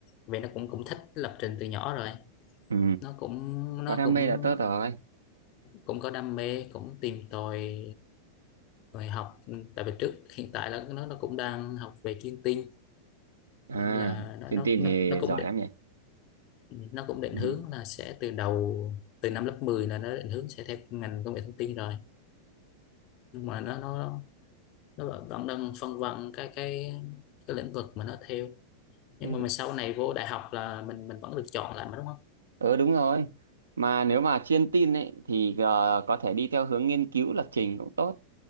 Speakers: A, on the left (about 40°); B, on the right (about 70°).
A: vì nó cũng cũng thích lập trình từ nhỏ rồi
B: ừ
A: nó cũng nó
B: có đam
A: cũng
B: mê là tốt rồi
A: cũng có đam mê cũng tìm tòi rồi học tại vì trước hiện tại là nó nó cũng đang học về chiêm tinh
B: à
A: nên là nó
B: truyền
A: nó
B: tin
A: nó
B: thì
A: nó cũng
B: giỏi
A: định
B: lắm nhỉ
A: nó cũng định
B: ừ
A: hướng là sẽ từ đầu từ năm lớp 10 là nó định hướng sẽ theo ngành công nghệ thông tin rồi nhưng mà nó nó nó vẫn vẫn đang phân vân cái cái cái lĩnh vực mà nó theo nhưng
B: ừ
A: mà mình sau này vô đại học là mình mình vẫn được chọn lại mà đúng không
B: Ừ đúng rồi. Mà nếu mà chuyên tin ấy thì ờ, có thể đi theo hướng nghiên cứu lập trình cũng tốt.